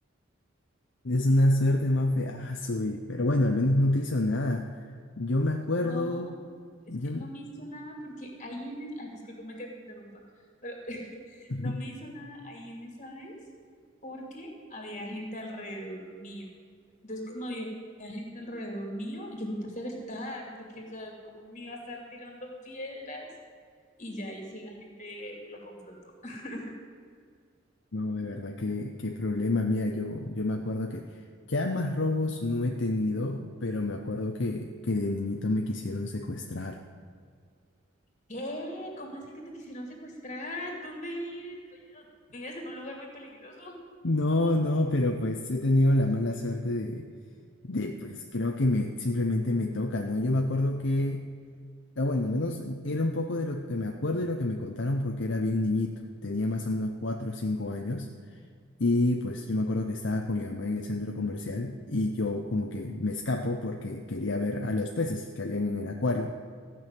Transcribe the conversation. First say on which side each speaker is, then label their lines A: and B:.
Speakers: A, on the left; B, on the left.
A: Es una suerte más fea, y, pero bueno, al menos no te hizo nada. Yo me acuerdo,
B: No, es
A: yo,
B: que no me hizo nada porque ahí en... es- Ay, discúlpame que te interrumpa, pero <laughs>
A: <laughs>
B: no me hizo nada ahí en esa vez porque había gente alrededor mío. Entonces, como había gente alrededor mío, yo me puse a gritar porque, o sea, como me iba a estar tirando piedras y ya ahí sí la gente lo confrontó. <laughs>
A: no, de verdad, qué, qué problema, mía, yo, yo me acuerdo que ya más robos no he tenido, pero me acuerdo que, que de niñito me quisieron secuestrar.
B: ¿Qué? ¿Cómo así que te quisieron secuestrar? ¿Dónde vives? Oye, ¿vives en un lugar muy peligroso?
A: No, no, pero pues he tenido la mala suerte de, de pues creo que me simplemente me toca, ¿no? Yo me acuerdo que, ah, bueno, al menos era un poco de lo que me acuerdo y lo que me contaron porque era bien niñito, tenía más o menos cuatro o cinco años y pues yo me acuerdo que estaba con mi mamá en el centro comercial y yo como que me escapo porque quería ver a los peces que habían en el acuario